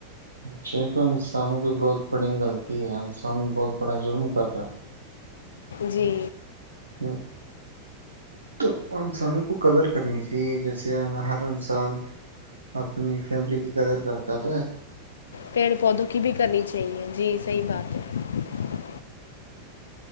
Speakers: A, on the right; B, on the left.
A: جی تو انسانوں کی بہت بڑی غلطی ہے انسان بہت بڑا ظلم کر رہا ہے
B: جی
A: ہ تو انسانوں کو قدر کرنی چاہیے جیسے ہر انسان اپنی فیملی کی قدر کرتا تھا
B: پیڑ پودوں کی بھی کرنی چاہیے جی صحی بات ہے